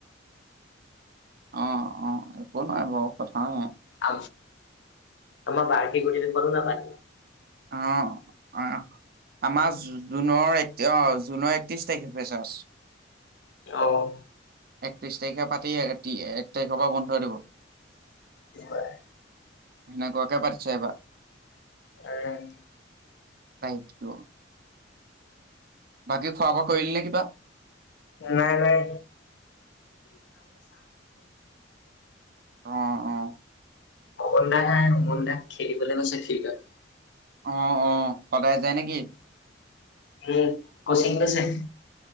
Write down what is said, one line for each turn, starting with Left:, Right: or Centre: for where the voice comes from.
Right: অ অ একো নোৱাই বাৰ কথা নাই
Left: আ আম বা কে ডেখোলোং আও
Right: অ অ আমাজ জুনৰ এক অ জুনৰ একত্ৰিছ তাৰিখে। ফেচাছ।
Left: আহ,
Right: একত্ৰিশ তাৰিখে পাতি এক তাৰিখৰ পৰা বন্ধ হৈ দিব।
Left: কি কয়?
Right: কেনেকুৱা খনে পাৰিছে, এইবাৰ?
Left: অ
Right: থেংক ইউ বাকী খোৱা বোৱা কৰিলি নে কিবা?
Left: নাই নাই।
Right: অ অ
Left: অমন দাই অমন দাই খেলিবলৈ কৈছে ফিলডত
Right: অঁ অঁ সদায় যায় নেকি!
Left: উ কচিং কৰিছে।